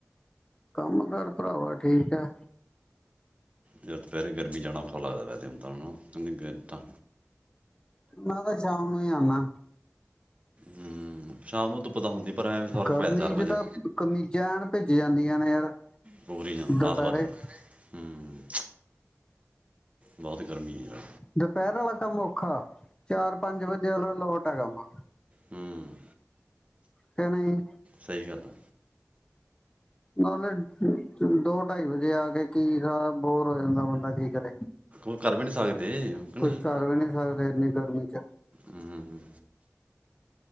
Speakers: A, on the left; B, on the right.
A: ਕੰਮ ਕਾਰ ਭਰਾਵਾ ਠੀਕ ਐ
B: ਜ ਦਪਹਿਰੇ ਗਰਮੀ ਜਾਣਾ ਔਖਾ ਲੱਗਦੈ ਜੇਮ ਤਾ ਹਨਾ ਗੇ ਤਾ
A: ਮੈਂ ਤਾਂ ਸ਼ਾਮ ਨੂੰ ਈ ਆਨਾ
B: ਹਮ ਸ਼ਾਮ ਨੂੰ ਧੁੱਪ ਤਾ ਹੁੰਦੀ ਪਰ ਐਵੇਂ ਫਰਕ
A: ਗਰਮੀ
B: ਪੈਂਦਾ ਚਾਰ ਪੰਜ
A: ਚ ਤਾਂ ਕਮੀਜ਼ਾਂ ਐਨ ਭਿਜ ਜਾਂਦੀਆਂ ਨੇ ਯਾਰ
B: ਭੋਰੀ ਜਾਂ ਨਾਥ
A: ਦੁਪਹਿਰੇ
B: ਬਜਦੇ ਹਮ ਬਹੁਤ ਗਰਮੀ ਯਾਰ
A: ਦੁਪਹਿਰ ਆਲਾ ਕੰਮ ਔਖਾ ਚਾਰ, ਪੰਜ ਵਜੇ ਆਲਾ ਲੋਟ ਐਗਾ ਕੰਮ
B: ਹਮ
A: ਕਿ ਨਹੀਂ
B: ਸਹੀ ਗੱਲ ਆ।
A: ਨਾਲੇ ਦੋ ਢਾਈ ਵਜੇ ਆ ਕੇ, ਕੀ ਕਾ ਬੋਰ ਹੋ ਜਾਂਦੈ ਬੰਦਾ ਕੀ ਕਰੇ
B: ਉਹ ਕਰ ਵੀ ਨੀ ਸਕ ਦੇਅਕ ਨਹੀਂ
A: ਕੁਛ ਕਰ ਵੀ ਨਹੀਂ ਸਕਦੇ ਇੰਨੀ ਗਰਮੀ ਚ
B: ਹਮ